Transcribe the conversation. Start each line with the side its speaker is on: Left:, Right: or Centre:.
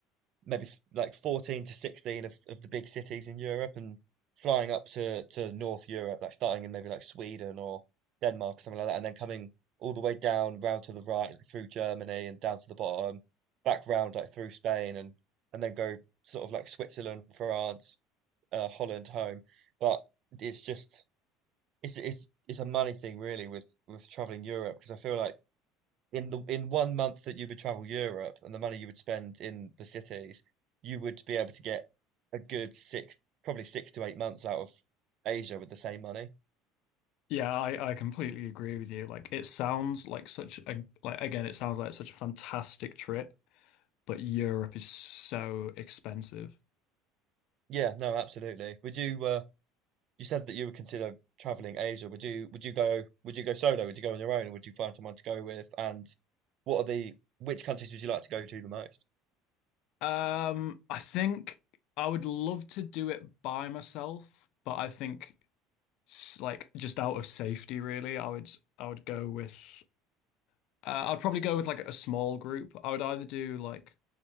Right: maybe like 14 to 16 of, of the big cities in Europe and flying up to, to North Europe, like starting in maybe like Sweden or Denmark or something like that, and then coming all the way down round to the right through Germany and down to the bottom, back round like through Spain and and then go sort of like Switzerland, France, uh, Holland home. But it's just it's it's it's a money thing really with with traveling Europe because I feel like in the in one month that you would travel Europe and the money you would spend in the cities, you would be able to get a good six, probably six to eight months out of Asia with the same money.
Left: Yeah, I, I completely agree with you. Like it sounds like such a like again, it sounds like such a fantastic trip, but Europe is so expensive.
Right: Yeah, no, absolutely. Would you uh you said that you would consider traveling Asia. Would you would you go would you go solo? Would you go on your own or would you find someone to go with? And what are the which countries would you like to go to the most?
Left: Um, I think I would love to do it by myself, but I think s- like just out of safety really, I would I would go with uh, I'd probably go with like a small group. I would either do like